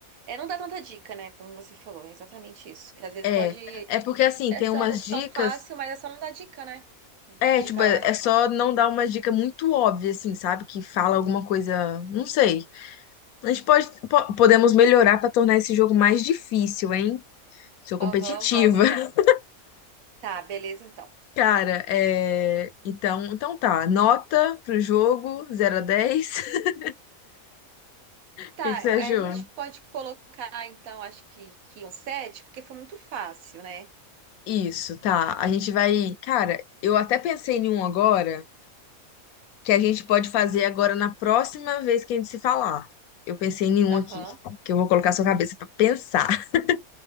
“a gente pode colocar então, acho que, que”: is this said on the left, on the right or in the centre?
Right